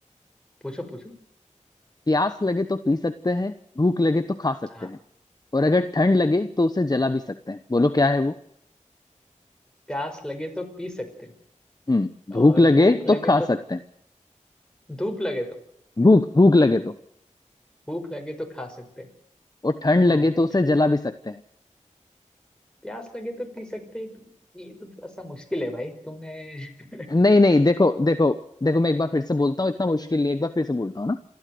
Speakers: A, in the centre; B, on the left.
A: पूछो पूछो
B: प्यास लगे तो पी सकते हैं भूख लगे तो खा सकते
A: हाँ
B: हैं और अगर ठंड लगे तो उसे जला भी सकते हैं बोलो क्या है वो
A: प्यास लगे तो पी सकते हैं
B: हम्म भूख
A: और
B: लगे
A: भूख लगे
B: तो खा
A: तो
B: सकते हैं
A: धूप लगे तो
B: भूख भूख लगे तो
A: भूख लगे तो खा सकते हैं
B: और ठंड लगे
A: और
B: तो उसे
A: ठंड
B: जला भी सकते हैं
A: प्यास लगे तो पी सकते हैं तो ये तो थोड़ा सा मुश्किल है भाई तुमने <laughs>
B: नहीं नहीं देखो देखो देखो मैं एक बार फिर से बोलता हूँ इतना मुश्किल नहीं है, एक बार फिर से बोलता हूँ ना